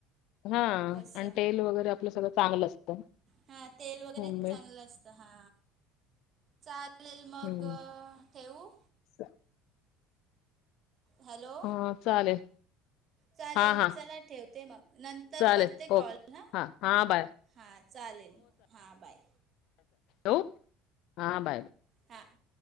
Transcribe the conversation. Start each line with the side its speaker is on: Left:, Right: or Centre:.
Left: हा
Right: तसं
Left: आणि तेल वगैरे आपलं सगळं चांगलं असतं.
Right: हा तेल वगैरे
Left: होममेड
Right: चांगलं असतं हा चालेल मग
Left: हं.
Right: ठेवू
Left: चा
Right: हॅलो
Left: हा चालेल
Right: चालेल
Left: हां, हां.
Right: चला ठेवते मग नंतर
Left: चालेल.
Right: करते कॉल
Left: ओके.
Right: हा
Left: हां, हां, बाय.
Right: हां चालेल हां बाय.
Left: हो हा बाय बा.
Right: हा